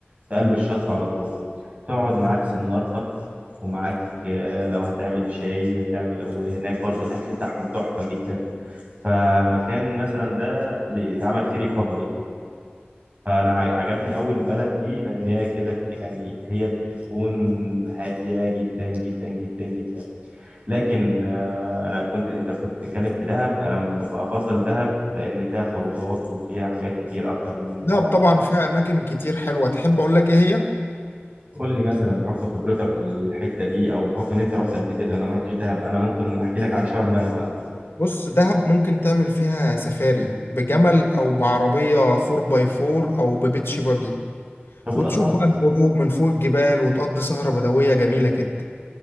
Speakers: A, on the right; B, on the left.
A: في قلب الشط على طول تقعد معاك سنارتك ومعاك آه، لو هتعمل شاي وتعمل وهناك برضو الاكل بتاعهم تحفه جدا فمكان مثلا ده اللي يتعمل فيه ريكفري فانا ع- عجبني قوي البلد دي لان هي كده ك- يعني هي بتكون هاديه جدا جدا جدا جدا لكن آه، انا كنت انت كنت بتتكلم في دهب انا بف- افضل دهب لان فيها خروجات وفيها حاجات كتير اكتر من
B: دهب
A: العريش
B: طبعا فيها اماكن كتير حلوة تحب اقول لك ايه هي
A: قول لي مثلا بحكم خبرتك في الحته دي او بحكم ان انت رحت قبل كده انا ما رحتش دهب انا ممكن احكي لك عن شرم انا بقى
B: بص دهب ممكن تعمل فيها سفاري بجمل او بعربية 4 باي 4 او ببيتش باجي
A: طب والاسعار
B: وتشوف بقى الغروب من فوق الجبال وتقضي سهرة بدوية جميلة كده